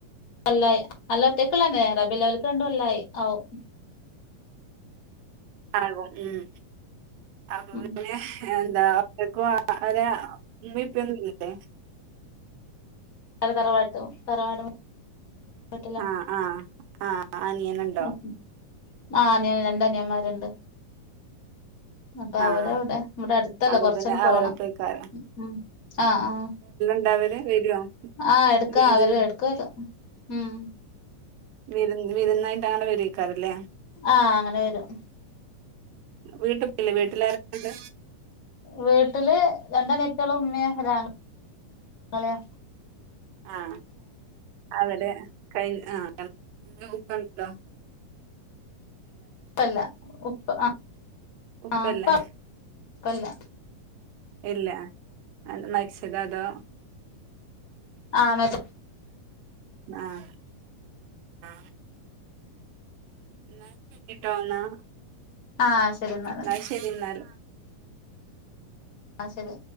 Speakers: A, on the left (about 35°); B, on the right (about 85°).
A: അല്ല അല്ലാത്തേക്കള്ളന്നെ റബ്ബിഉൽ അവ്വല്ക്ക് രണ്ടും കൊല്ലായി ആവും
B: ആവും ഉം അപ്പ
A: ഉം
B: പിന്നെ എന്താ അപ്പ ഓരെ ഉമ്മേം പ്പന്നും ഇല്ലേ
A: അ തറവാട്ടും തറവാട ട്ടിലാ
B: ആഹ് ആഹ് അനിയനുണ്ടോ
A: ഉം <unintelligible> ആഹ് അന <unintelligible> ൻ രണ്ട അനിയൻന്മാരുണ്ട് അപ്പൊ
B: ആഹ്
A: അവര് അവിടെ ഇവിടെ അടുത്തല്ല
B: അപ്പൊ
A: കൊറച്ചണ്
B: പിന്നെ
A: പോണം
B: അവരൊപ്പേക്കാരം
A: ഉം ആഹ് ആ
B: ണ്ടാവര് വരോ
A: ആഹ് എടുക്കാ
B: വിരു
A: അവര് എടുക്കരും ഉം
B: വിരുന്ന് വിരുന്നായിട്ട് അങ്ങനെ വരക്കാറല്ലേ
A: ആഹ് അങ്ങനെ വരും
B: വീട്ടിപ്പല്ലേ വീട്ടിലാരണ്ട്
A: വീട്ടില് രണ്ട നെത്യളു മ്മി ഒരാങ്ങള
B: ആഹ് അവര് കൈന് <unintelligible>
A: ഇപ്പല്ല ഉപ്പ ആഹ്
B: ഉപ്പല്ലേ
A: ആപ്പ പ്പല്ല
B: ഇല്ല അൽ മര്ചതോ അതോ
A: ആഹ് മര്
B: ആഹ് ആഹ് എന്നാ ശരിട്ടോന്നാ
A: ആഹ് ശരി എന്നാല്
B: ന്നാ ശരിന്നാൽ
A: ആഹ് ശരി